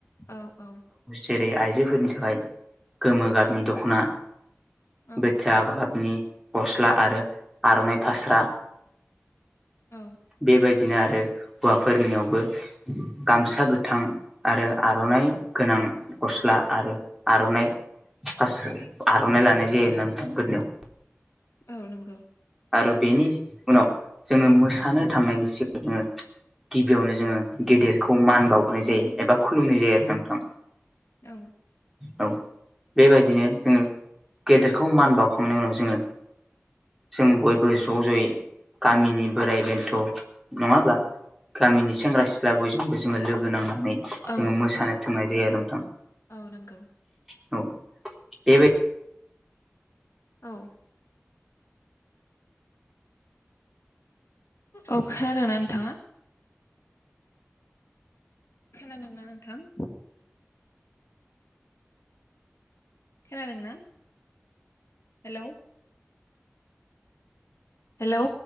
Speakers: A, on the left; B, in the centre.
A: औ औ
B: जेरै आइजोफोरनि थाखाय गोमो गाबनि दख'ना
A: औ
B: बोथिया गाबनि गस्ला आरो आर'नाइ फास्रा
A: औ
B: बेबाय दिनो आरो हौवाफोरनियावबो गामसा गोथां आरो आर'नाइ गोनां गस्ला आरो आर'नाइ फासो आर'नाइ लानाय जायो आरोना नोंथां गोदनायाव
A: औ नोंगौ
B: आरो बेनि उनाव जोङो मोसानो थांनायनि सिगांनो गिबियावनो जोङो गेदेरखौ मान बावग्रोनाय जायो एबा खुलुमनाय जायो आरोना नोंथां
A: औ
B: औ बेबायदिनो जोङो गेदेरखौ मान बावखांनाय उनाव जोङो जों बयबो ज जयै गामिनि बोराइ बेन्थ नङाब्ला गामिनि
A: औ
B: सेंग्रा सिख्ला बयजोंबो जोङो लोगो नांनानै
A: औ
B: जोङो मोसानो थांनाय जायो आरो नोंथां
A: औ नोंगौ
B: एबाय
A: औ औ खोनादोंना नोंथाङा? खोनादोंंना नोंथां? खोनादों ना? हेलौ। हेलौ।